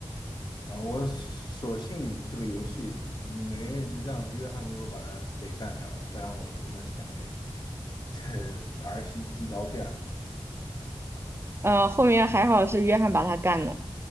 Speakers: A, on the left; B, on the right.
A: 啊、我索性这个游戏没让约翰最后把他给干掉了，不然我真的想给这 <laughs> R 星寄刀片了
B: 呃，后面还好是约翰把他干了，